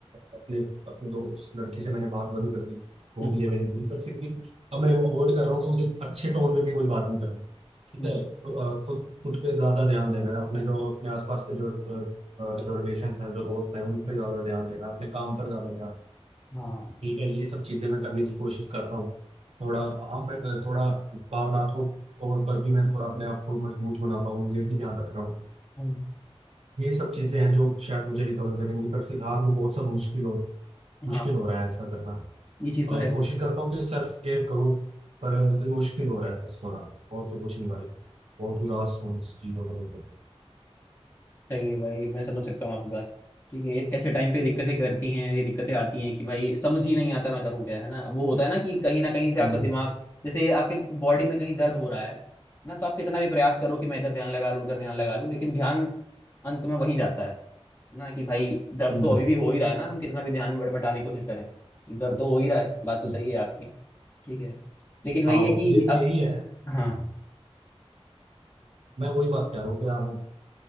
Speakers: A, on the right; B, on the left.
A: अपने अपने दोस्त लड़की से मैंने बात बंद कर दी वो
B: हम्म
A: भी है मेरी पूरी पर फिर भी अब मैं अवॉइड कर रहा हूँ कि मुझे अच्छे टोन में भी कोई बात नहीं करनी ठीक
B: अच्छा
A: है अ, खुद खुद पे ज्यादा ध्यान देना है अपने जो अपने आसपास के जो अ, अ, जो रिलेशन हैं जो दोस्त हैं उन पे ज्यादा ध्यान देना है अपने काम पर ज्यादा ध्यान
B: हाँ
A: ठीक है ये सब चीजें मैं करने की कोशिश कर रहा हूँ थोड़ा हम थोड़ा भावनात्मक तौर पर भी मैं थोड़ा अपने आप को मजबूत बना पाऊँ ये भी ध्यान रख रहा हूँ
B: हम्म,
A: ये सब चीजें हैं जो शायद मुझे रिकवर करेंगी पर फिलहाल वो बहुत सब मुश्किल हो मुश्किल
B: हाँ
A: हो रहा है ऐसा करना
B: ये चीज तो
A: और
B: है
A: कोशिश करता हूँ कि सेल्फ केयर करूँ पर ये मुश्किल हो रहा है बस थोड़ा और तो कुछ नहीं भाई बहुत उदास हूँ इस चीज़ों का बिल्कुल
B: सही है भाई मैं समझ सकता हूँ आपकी बात ठीक है ऐसे टाइम पे दिक्कतें करती हैं ये दिक्कतें आती हैं कि भाई समझ ही नहीं आता मैं करूँ क्या है ना वो होता है ना कि कहीं ना कहीं से आपका
A: हम्म
B: दिमाग जैसे आपके बॉडी में कहीं दर्द हो रहा है ना तो आप कितना भी प्रयास करो कि मैं इधर ध्यान लगा लूँ उधर ध्यान लगा लूँ लेकिन ध्यान अंत में वही जाता है ना कि भाई दर्द
A: हम्म।
B: तो अभी भी हो ही रहा है ना हम कितना भी ध्यान बट- बटाने की कोशिश करें दर्द तो हो ही रहा है बात तो
A: हम्म।
B: सही है आपकी ठीक है लेकिन वही
A: हाँ
B: है कि
A: ये
B: अब
A: यही है
B: हाँ
A: मैं वही बात कह रहा हूँ कि हाँ,